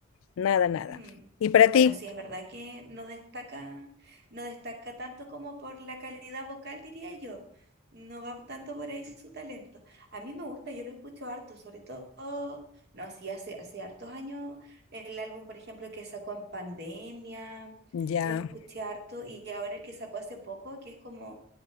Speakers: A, on the left (about 80°); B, on the right (about 55°).
A: Nada, nada.
B: Mm,
A: ¿Y para
B: Bueno,
A: ti?
B: sí, es verdad que no destaca, no destaca tanto como por la calidad vocal, diría yo. No va tanto por ahí su talento. A mí me gusta, yo lo escucho harto, sobre todo, no, sí, hace, hace hartos años, el álbum, por ejemplo, que sacó en pandemia,
A: Ya.
B: lo escuché harto, y ahora el que sacó hace poco, que es como